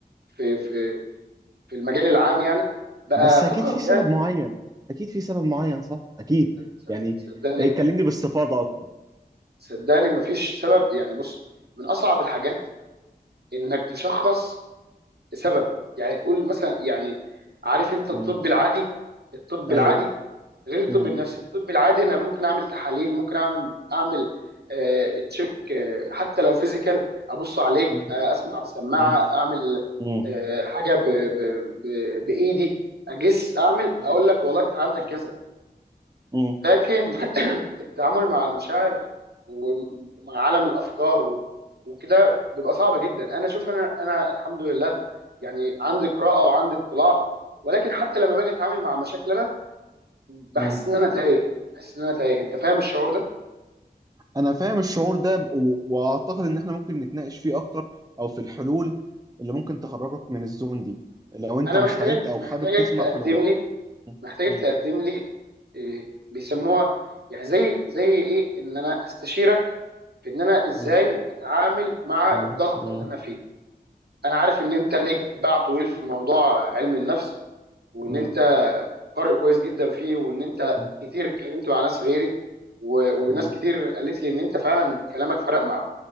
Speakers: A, on the right; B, on the right.
A: في في في المجال العام يعني بقى
B: بس
A: فقط
B: اكيد في سبب
A: يعني
B: معين اكيد في سبب معين صح اكيد
A: صد-
B: يعني
A: صدقني
B: إيه، كلمني باستفاضه اكتر
A: صدقني مفيش سبب يعني بص من اصعب الحاجات انك تشخص سبب يعني تقول مثلا يعني عارف انت الطب
B: مم.
A: العادي الطب
B: ايوه
A: العادي غير الطب
B: مم.
A: النفسي الطب العادي انا ممكن اعمل تحاليل ممكن اعمل اعمل آه تشيك آه حتى لو فيزيكال ابص عليك
B: مم.
A: آه اسمع بسماعه
B: مم.
A: اعمل
B: مم.
A: آه حاجه ب ب ب بايدي اجس اعمل
B: ايوه
A: اقول لك والله انت عندك
B: ايوه
A: كذا
B: مم.
A: لكن <clears throat> التعامل مع المشاعر وم- ومع عالم الافكار و- وكده بيبقى صعب جدا انا شوف انا انا الحمد لله يعني عندي قراءه وعندي اطلاع ولكن حتى لما باجي اتعامل مع مشاكل انا بحس
B: مم.
A: ان انا تايه بحس ان انا تايه انت فاهم الشعور ده
B: انا فاهم الشعور ده و- واعتقد ان احنا ممكن نتناقش فيه اكتر او في الحلول اللي ممكن تخرجك من الزون دي لو انت
A: انا
B: مستعد
A: محتاجك
B: او
A: محتاجك
B: حابب تسمع
A: تقدم
B: حلول
A: لي
B: مم.
A: محتاجك
B: مم.
A: تقدم لي إيه بيسموها يعني زي زي ايه ان انا استشيرك في ان انا ازاي
B: مم.
A: اتعامل مع
B: مم.
A: الضغط
B: مم.
A: اللي انا فيه انا عارف ان انت ليك باع طويل في موضوع علم النفس وان
B: مم.
A: انت قارئ كويس جدا فيه وان انت
B: مم.
A: كتير اتكلمت مع ناس غيري و... وناس
B: مم.
A: كتير قالت لي ان انت فعلا كلامك فرق معاهم